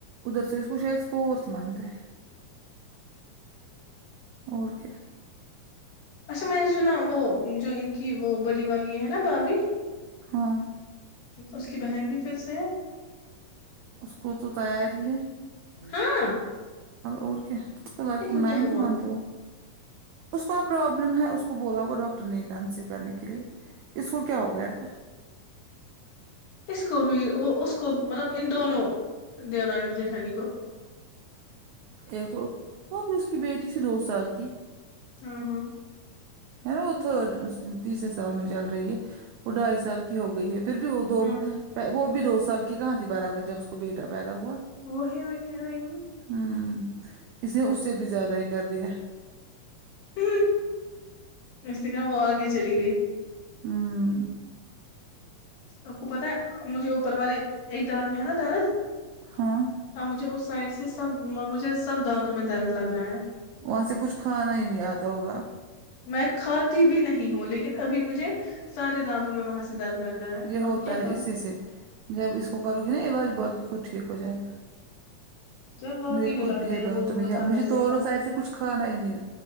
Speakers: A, on the right; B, on the left.
A: ادھر سے اس کچھ فورتھ منتھ ہے اور کیا
B: اچھا میں نے سنا وہ جو ان کی وہ بڑی والی ہے نا بھابھی
A: ہاں
B: اس کی بہن بھی پھر سے ہے
A: اس کو تو تیاری ہے
B: ہاں
A: اور کیا ل
B: ان
A: تم
B: کو
A: نائنتھ
B: کیا ہوا
A: منتھ ہو اس کو پروابلم ہے اس کو بولا ہوگا ڈاکٹر نہیں کنسیو کرنے کے لیے اس کو کیا ہو گیا تھا
B: اس کو بھی اس کو مطلب ان دونوں دیورانی جیٹھانی کو
A: ایک تو وہ بھی اس کی بیٹی تھی دو سال کی
B: ہاں ہاں
A: ہے نا وہ تو تیسرے سال میں چل رہی ہے وہ ڈھائی سال کی ہو گئی ہے پھر بھی وہ دو
B: ہاں ہاں
A: وہ بھی دو سال کی کہاں تھی برابر جب اس کو بیٹا پیدا ہوا
B: وہ ہے میں کہ رہی ہو
A: ہوں اس نے اس سے بھی زیادہ ہی کر دیا
B: نہیں اس کہ وہ آگ چلی گئی
A: ہاں
B: آپ کو پتا ہے مجھے اوپر والے ایک دانت میں ہے نا درد
A: ہاں
B: اب مجھے اس سائڈ سے سب مجھے سب دانتوں میں درد لگ رہا ہے
A: وہاں سے کچھ کھانا ہی نہیں آتا ہوگا
B: میں کھاتی بھی نہیں ہوں لیکن ابھی مجھے سارے دانتوں میں وہاں سے درد لگ رہا ہے
A: یہ
B: اب
A: ہوتا
B: کیا
A: ہے
B: کروں
A: اسی سے جب اس کو کرو گی نا علاج باقی خود ٹھیک ہو جائے گا
B: واقعی
A: مجھے خود
B: لگ
A: بھی
B: رہے
A: ہے
B: ہیں
A: دانت
B: وہ مت
A: یا
B: اندر
A: مجھے
B: سے
A: دونوں
B: کھائے
A: سائڈ سے کچھ کھانا ہی نہیں